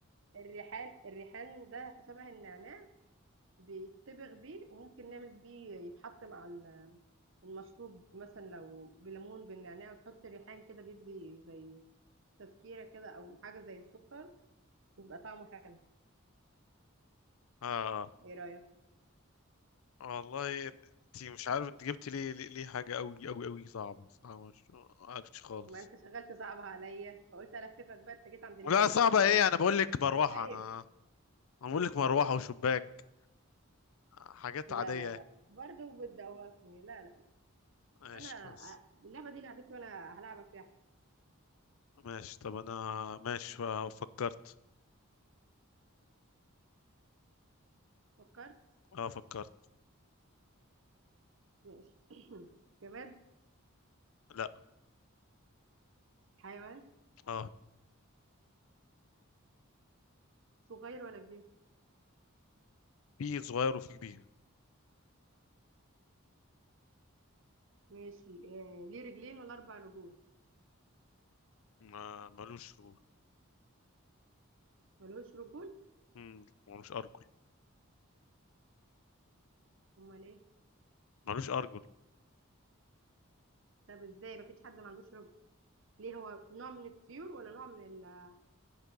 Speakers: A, on the right; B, on the left.
A: الريحان الريحان ده شبه النعناع بيتبغ بيه وممكن نعمل بيه يتحط مع ال- المشروب مثلا لو بليمون بالنعناع وتحط ريحان كده بيدي زي تذكيرة كده او حاجة زي السكر يبقى طعمه حلو
B: اه
A: ايه رأيك
B: اه والله انت مش عارف انت جبت ليه ليه ليه حاجة قوي قوي قوي صعبة صعبة مش عارفش خالص
A: ما انت شغال تصعبها عليا فقلت الففك بقى انت جيت عند لعبتي
B: لا صعبة
A: ف
B: ايه انا بقول لك مروحة
A: أيوة.
B: انا انا بقول لك مروحة وشباك حاجات عادية
A: لا لا
B: يعني.
A: لا برضه بتدوخني لا لا لا
B: ماشي
A: انا
B: خلاص
A: ع- اللعبه دي لعبتي وانا هلعبك فيها
B: ماشي طب انا ماشي آه، فكرت
A: فكرت
B: اه فكرت
A: ماشي <clears throat> جماد
B: لا
A: حيوان
B: اه
A: صغير ولا كبير
B: في صغير وفي كبير
A: ماشي آه ليه رجلين ولا اربع رجول
B: ما ملوش رجول
A: ملوش رجول
B: مم، ملوش ارجل
A: امال ايه
B: ملوش ارجل
A: طب ازاي مفيش حد ما عندوش رجل ليه هو نوع من الطيور ولا نوع من ال-